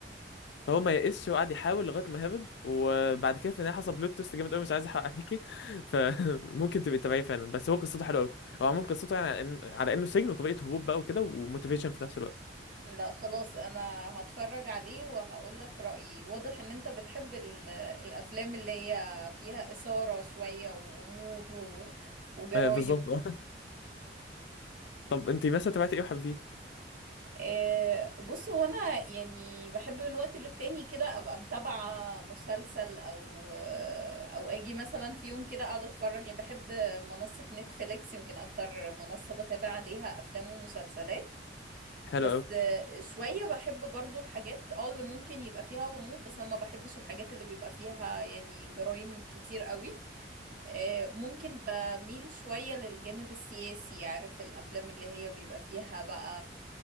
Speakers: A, on the left; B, on the right.
A: فهو ما يئسش وقعد يحاول لغايه ما هرب وبعد كده في النهايه حصل بلوت تويست جامد قوي مش عايز احرق عليكي <laughs> فممكن تبقي تتابعيه فعلا بس هو قصته حلوه قوي هو عموما قصته يعني على إن- على انه سجن وطريقه هروب بقى وكده وموتيفيشن في نفس الوقت
B: لا خلاص انا هتفرج عليه وهقول لك رأيي واضح ان انت بتحب ال- الافلام اللي هي فيها إثارة شوية وغموض و...
A: <laughs>
B: وجرايم
A: آه، بالظبط اه <laughs> طب انت مثلا تابعتي ايه وحبيتيه
B: آه، بص هو انا يعني بحب من وقت للتاني كده ابقى متابعة مسلسل او آه، او اجي مثلا في يوم كده اقعد اتفرج يعني بحب منصة نتفليكس يمكن اكتر منصة بتابع عليها افلام ومسلسلات
A: حلو
B: بس
A: قوي
B: آه، شوية بحب برضو الحاجات اه اللي ممكن يبقى فيها غموض بس انا ما بحبش الحاجات اللي بيبقى فيها يعني جرائم كتير قوي آه، ممكن بميل شوية للجانب السياسي عارف الأفلام اللي هي بيبقى فيها بقى